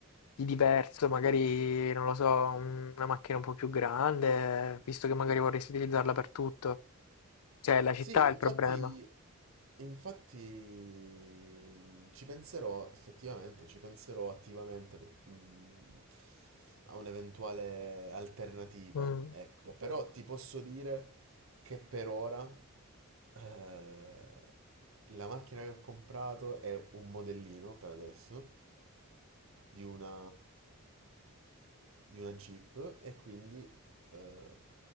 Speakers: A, on the left; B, on the right.
A: di diverso, magari, non lo so, una macchina un po' più grande, visto che magari vorresti utilizzarla per tutto? Cioè, la città
B: Sì,
A: è
B: infatti,
A: il problema.
B: infatti mm, ci penserò effettivamente, ci penserò attivamente per- mm, a un'eventuale alternativa,
A: Mm,
B: ecco. Però ti posso dire che per ora eh, la macchina che ho comprato è un modellino per adesso di una, di una Jeep e quindi eh,